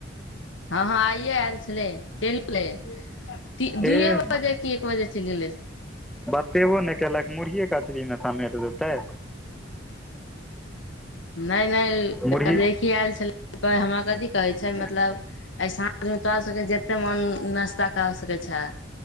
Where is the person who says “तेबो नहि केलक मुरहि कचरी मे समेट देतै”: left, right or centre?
Centre